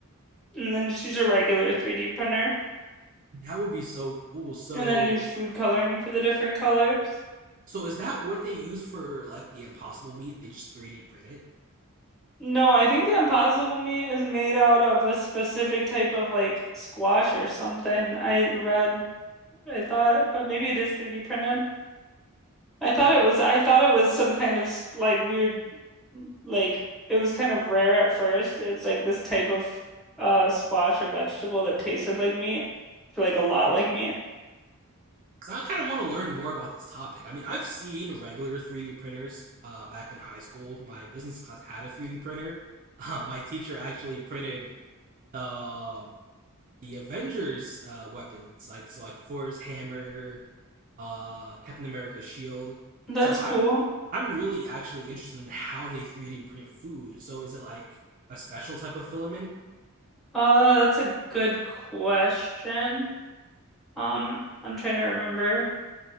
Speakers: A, in the centre; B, on the right.
A: and then just use a regular 3D printer,
B: that would be so cool. So
A: and then use food coloring for the different colors.
B: So is that what they use for like the impossible meat? They just 3D print it?
A: No, I think the impossible meat is made out of a specific type of like squash or something. I read, I thought, but maybe it is 3D printed. I thought
B: That
A: it was I thought it was some kind of s- like weird like it was kind of rare at first. It's like this type of uh squash or vegetable that tasted like meat for like a lot like meat.
B: because I kind of want to learn more about this topic. I mean, I've seen regular 3D printers. Uh, back in high school, my business class had a 3D printer. <laughs> Uh, my teacher actually printed uh, the Avengers uh, weapons, like so like Thor's hammer, uh, Captain America's shield.
A: That's
B: So
A: cool.
B: I'm I'm really actually interested in how they 3D print food. So is it like a special type of filament?
A: Uh that's a good question. Um I'm trying to remember.